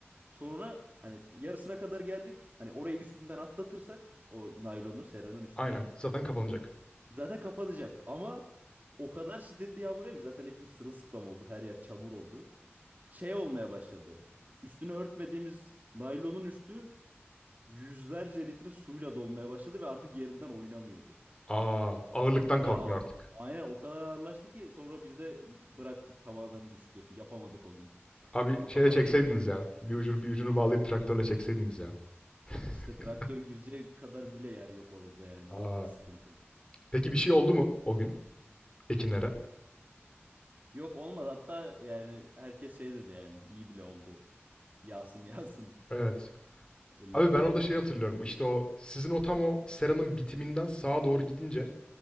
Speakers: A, on the right (about 40°); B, on the left (about 20°).
A: Sonra hani yarısına kadar geldik. Hani orayı üstünden atlatırsak o naylonu seranın üstüne
B: Aynen. Zaten kapanacak.
A: zaten kapanacak. Ama o kadar şiddetli yağmur yağıyor ki zaten hepimiz sırılsıklam olduk. Her yer çamur oldu. Şey olmaya başladı. Üstünü örtmediğimiz naylonun üstü yüzlerce litre suyla dolmaya başladı ve artık yerinden oynamıyordu.
B: Aa, ağırlıktan
A: O kadar
B: kalkmıyor
A: a-
B: artık.
A: aynen o kadar ağırlaştı ki sonra biz de bıraktık tamamen düştü. Yapamadık o gün.
B: Abi
A: Ama
B: şeyle
A: kapatmayı
B: çekseydiniz
A: planlıyoruz.
B: ya. Bir ucunu bir ucunu bağlayıp traktörle çekseydiniz ya. <laughs>
A: İşte traktör girecek kadar bile yer yok orada yani.
B: Aa.
A: O yüzden sıkıntı.
B: Peki bir şey oldu
A: Öyle.
B: mu o gün ekinlere?
A: Yok olmadı hatta yani herkes şey dedi yani iyi bile oldu. Yağsın <laughs> yağsın.
B: Evet.
A: Elleme
B: Abi ben
A: yağsın.
B: orada şey hatırlıyorum. İşte o sizin o tam o seranın bitiminden sağa doğru gidince